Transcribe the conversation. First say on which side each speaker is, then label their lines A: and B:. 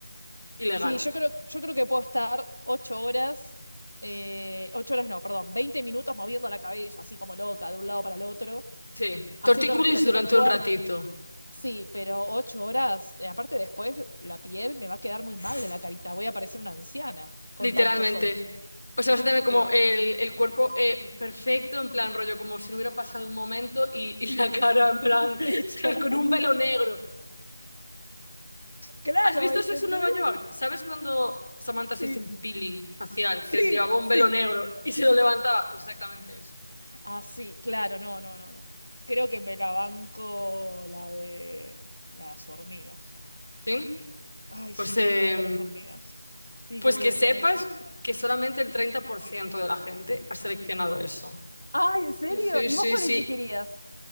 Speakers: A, on the left; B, on the left.
A: ilegal.
B: Sí, yo creo, yo creo que puedo estar ocho horas, eh, ocho horas no, perdón, 20 minutos moviendo la cabeza, así como loca, de un lado para el otro,
A: Sí.
B: haciendo
A: Tortícolis
B: respiraciones
A: durante
B: fuertes.
A: un ratito.
B: Sí, pero ocho horas, eh, aparte después la piel me va a quedar muy
A: Uf.
B: mal de la carita, voy a parecer una anciana con
A: Literalmente.
B: tanto sol.
A: O sea, vas a tener como
B: Eh,
A: el, el cuerpo eh, perfecto, en plan rollo, como si no hubiera pasado un momento, y, <laughs> y
B: y
A: la
B: después,
A: cara, en plan,
B: <laughs>
A: <laughs>
B: ya.
A: con un velo negro.
B: Claro,
A: ¿Has visto
B: ¿entendés?
A: Sexo en Nueva York? ¿Sabes cuando Samantha se
B: Sí,
A: hizo un peeling facial
B: sí,
A: que llevaba un
B: sí.
A: velo negro y se lo levantaba? Pues exactamente eso.
B: Ah, sí, claro, no, no, no, no. Creo que me la banco la de las hormigas.
A: ¿Sí?
B: Ay,
A: Pues,
B: sí, creo
A: eh,
B: que voy con las hormigas. Sí,
A: pues
B: creo que
A: que
B: voy
A: sepas
B: a ir con eso.
A: que solamente el 30% de la gente ha seleccionado eso.
B: Ay, ¿en serio?
A: Sí, sí,
B: ¿Y
A: sí,
B: vos cuál
A: sí.
B: elegirías?